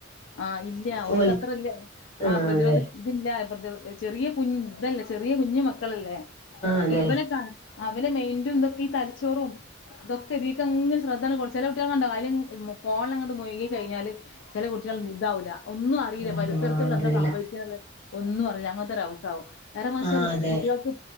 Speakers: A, on the left (about 70°); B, on the left (about 30°).
A: ആ ഇല്ല്യ ഓൽക്കത്ര
B: ഓൽ
A: ഇല്ല്യ ആ
B: ആഹ്
A: പ്രതിരോധി ഇതില്ല ചെറിയ കു ഇതല്ലേ ചെറിയ കുഞ്ഞു മക്കളല്ലേ
B: അതെ
A: ഇവനെ കാ അവരെ മെയിന്റും ഇതൊക്കീ തലച്ചോറും തൊക്ക ഇതീക്കങ്ങ് ശ്രദ്ധണ് കൊട് ചെലെ കുട്ടീള് കണ്ടൊ അയില് ഫോൺലങ്ങ്ട്ട് മുഴുകി കഴിഞ്ഞാല് ചെലെ കുട്ടീള് നി ഇതാവൂല ഒന്നും അറീല്ല
B: ആഹ്
A: പരിസരത്ത്ള്ള
B: അതെ ആഹ് അറിയില്ല
A: എന്ത സംഭവിക്ക്ണത് ഒന്നും അറില അങ്ങൻത്തൊരു അവസ്ഥാവും നേരെ മറിച്
B: ആഹ്
A: ബുസ്
B: അതെ
A: കുട്ടികൾക്ക്